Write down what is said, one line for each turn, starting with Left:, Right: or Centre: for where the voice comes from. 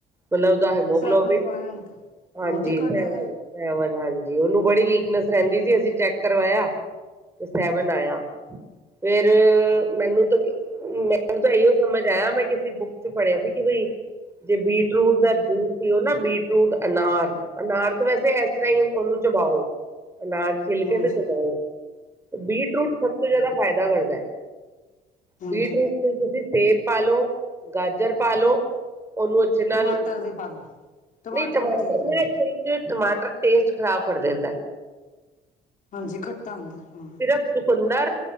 Right: ਮਤਲਬ ਓਦਾ ਹੈਮੋਗਲੋਬੀਨ,
Left: ਸੈਵਨ ਪੁਆਇੰਟ
Right: ਹਾਂਜੀ।
Left: ਬਹੁਤ ਹੀ ਘੱਟ
Right: ਸੈਵਨ
Left: ਹੈਗਾ
Right: ਹਾਂਜੀ, ਓਨੂੰ ਬੜੀ ਵੀਕਨੈਸ ਰੈਂਦੀ ਸੀ ਅਸੀ ਚੈੱਕ ਕਰਵਾਇਆ ਤੇ ਸੈਵਨ ਆਯਾ ਫੇਰ, ਮੈਨੂੰ ਤੇ ਕ ਮੈਨੂੰ ਤੇ ਐਈਓ ਸਮਜ ਆਯਾ ਮੈਂ ਕਿਸੀ ਬੁੱਕ ਪੜੇਆ ਸੀ ਕੇ ਬਈ, ਜੇ ਬੀਟਰੂਟ ਦਾ ਜੂਸ ਪੀਓ ਨਾ ਬੀਟਰੂਟ ਅਨਾਰ ਅਨਾਰ ਤੇ ਵੈਸੇ ਐਸ ਤਰਾ ਈ ਅ, ਓਨੂੰ ਚਬਾਓ ਅਨਾਰ ਛਿਲਕੇ
Left: ਹਾਂਜੀ
Right: ਤੇ ਚਬਾਓ, ਬੀਟ ਰੂਟ ਸਭ ਤੋਂ ਜਾਦਾ ਫਾਏਦਾ ਕਰਦੈ
Left: ਹਾਂਜੀ
Right: ਬੀਟਰੂਟ ਚ ਤੁਸੀ ਸੇਬ ਪਾਲੋ ਗਾਜਰ ਪਾਲੋ ਓਨੂੰ ਤੇ ਨਾਲ,
Left: ਟਮਾਟਰ ਵੀ ਪਾ ਲਓ
Right: ਨਈ ਟਮਾਟਰ
Left: ਵੀ ਠੀਕ ਰਹਿੰਦਾ
Right: ਨਈ ਟਮਾਟਰ ਟੇਸਟ ਖ਼ਰਾਬ ਕਰ ਦੇਂਦੈ
Left: ਹਾਂਜੀ, ਖੱਟਾ ਹੁੰਦਾ ਏ ਹਾਂ।
Right: ਸਿਰਫ਼ ਚੁਕੰਦਰ